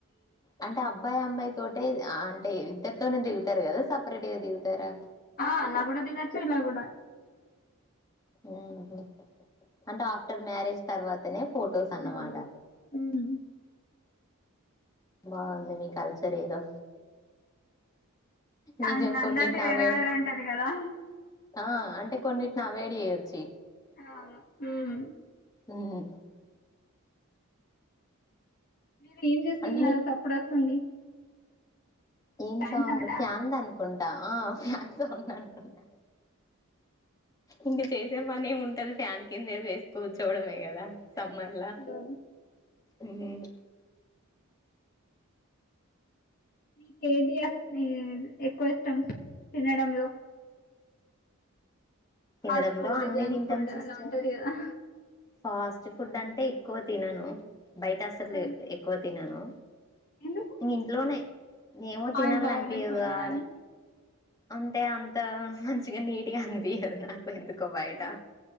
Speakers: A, on the left (about 15°); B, on the left (about 40°).
A: అంటే అబ్బాయి అమ్మాయి తోటే అంటే ఇద్దరు తొనె దిగుతరు గదా సపరేట్ గా దిగుతరా
B: ఆ అలా గూడ దిగచ్చు ఇలా గూడ
A: ఉంహ్ అంటె ఆఫ్టర్ మ్యారేజ్ తర్వాతనె ఫోటోస్ అన్నమాట
B: ఆ ఉమ్
A: బాఉంది మీ కల్చర్ ఏదో నిజం
B: ఆ అందరిది
A: కొన్నిటిని
B: వేరే
A: అవాయిడ్
B: వేరే ఉంటది కదా
A: ఆ అంటే కొన్నిటిని అవయిడ్ చెయ్ వచ్చి
B: అవును
A: ఉమ్
B: మీరు ఏం చేస్తున్నారు
A: అంటే మీకు
B: చప్పుడు వస్తుంది
A: ఏం
B: ఫ్యాన్
A: సౌండ్
B: సౌండా
A: ఫ్యాన్ ది అనుకుంటా ఆ ఫ్యాన్ సౌండ్ అనుకున్న ఇంక చేసే పని ఏమి ఉంటది ఫ్యాన్ కింద చేసుకోవచ్చు చూడమే కదా సమ్మర్లా
B: కరెక్ట్
A: హ్మ్మ్
B: నీకు ఏది హ్మ్మ్ ఎక్కువ ఇష్టం తినడంలో
A: తినడంలో
B: ఫాస్ట్ ఫుడ్
A: అన్ని
B: జంక్
A: తింటాం
B: ఫుడ్
A: సిస్టర్
B: అలా ఉంటది కదా
A: ఫాస్ట్ ఫుడ్ అంటే ఎక్కువ తినను బయట అసలు
B: ఆ,
A: ఎక్కువ తినను
B: ఎందుకు
A: ఇంట్లోనే ఏమో తినాలనిపియ్యదు
B: ఆయిల్ బాగా మంచిగా ఉండదని
A: ఆడ అంటే అంత మంచిగా నీటిగా అనిపియ్యదు నాకు ఎందుకో బయటా
B: ఆ,